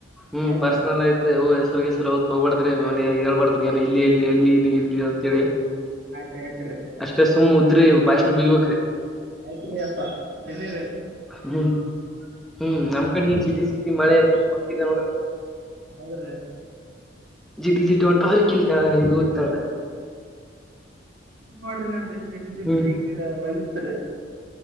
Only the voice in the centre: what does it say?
ಹ್ಮ್
ಪರ್ಸನಲ್ ಐತಿ ಅವು ಎಲ್ಲ ವರ್ಗೇಶ್ವರ ಅವ್ ತಗಬಡ್ತಾರೆ ಅವನ ಹೇಳ್ಬಾಡ್ತಾರೆ ಏನ ಎಲ್ಲಿ ಎಲ್ಲಿ ಎಲ್ಲಿ ನೀ ಇ ಅಂತ ಹೇಳಿ
ಅಷ್ಟೆ ಸುಮ್ಮ ಉದ್ರಿ ಭಾಷಣ ಬಿಗ್ಬೇಕ್ರೀ
ಹ್ಮ್ ಹ್ಮ್ ನಮ್ ಕಡೆ ನೀ ಜಿಟಿ ಜಿಟಿ ಮಳೆ ನೀ ಮಟ್ಟಗ ನೋಡ್ರಿ
ಜಿಟಿ ಜಿಟಿ ಒಟ ಹಾರ್ಕಿಲ್ಲ ದತ
ಹ್ಮ್